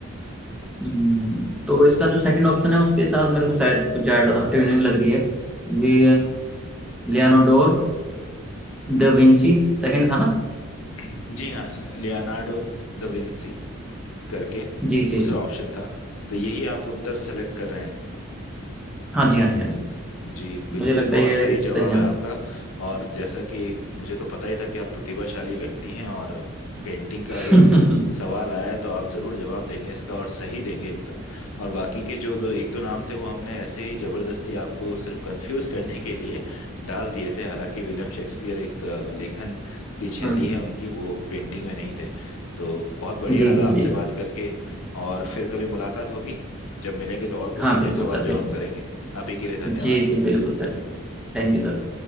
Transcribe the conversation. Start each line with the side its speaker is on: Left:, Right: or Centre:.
Centre: हम्म, तो इसका जो सेकंड ऑप्शन है उसके साथ मेरे को शायद कुछ ज़्यादा ट्यूनिंग लग रही है वे लियानोडोर द विंची सेकंड था ना
Left: <clears throat> जी हाँ लियोनार्डो द विंसी करके
Centre: जी
Left: दूसरा
Centre: जी जी
Left: ऑप्शन था तो यही आप उत्तर सेलेक्ट कर रहे हैं
Centre: हाँ जी हाँ जी हाँ जी
Left: जी बिल्कुल
Centre: मुझे लगता
Left: बहुत
Centre: है ये
Left: सही जवाब
Centre: सही आंसर
Left: है आपका और जैसा कि मुझे तो पता ही था कि आप प्रतिभाशाली व्यक्ति हैं और पेंटिंग का
Centre: है
Left: अगर
Centre: <laughs>
Left: सवाल आया है तो आप जरूर जवाब देंगे इसका और सही देंगे एकदम और बाकी के जो दो एक दो नाम थे वो हमने ऐसे ही जबरदस्ती आपको सिर्फ कंफ्यूज करने के लिए डाल दिए थे हालांकि विलियम शेक्सपियर एक अ, लेखन की शैली
Centre: हम्म
Left: है उनकी वो पेंटिंग में नहीं थे तो बहुत बढ़िया
Centre: जी
Left: लगा
Centre: जी
Left: आपसे
Centre: जी
Left: बात करके और फिर कभी मुलाकात होगी जब मिलेंगे तो और कुछ
Centre: हाँ
Left: ऐसे
Centre: बिल्कुल
Left: ही सवाल
Centre: सर
Left: जवाब
Centre: बिल्कुल
Left: करेंगे अभी के लिए धन्यवाद
Centre: जी जी बिल्कुल सर Thank you sir